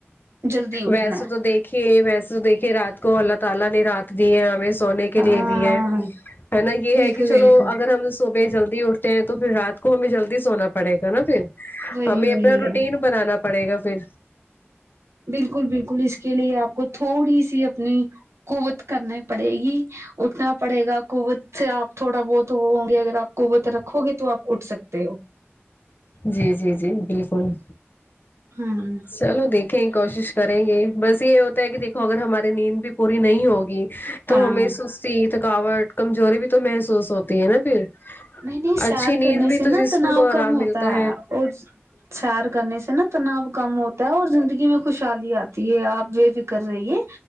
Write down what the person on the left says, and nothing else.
ویسے
تو دیکھ کھے ویسے تو دیھکے رات کو اللہ تعالی نے رات دی ہمیں سونے کے
لیے دی ہے نا
یے ہے کی چلو
اگر ہم صبح جلدی اٹھتے ہیں تو پھر رات کو ہمیں جلدی سونا پڑے گا نا پھر
ہمیں
اپنا روٹین
بنانا پڑے گا پھر
جی جی جی بالکل
چلو دیکھیں کوشش کریں گے بس یے ہوتا ہے کی دیکھو اگر ہماری نیند بھی پوری نہیں ہوگی تو
ہمیں سستی تھکاوٹ کمزوری بھی تو محسوس ہوتی ہے نا پھر
اچھی نیند
بھی
تو جسم
کو آرام
ملتا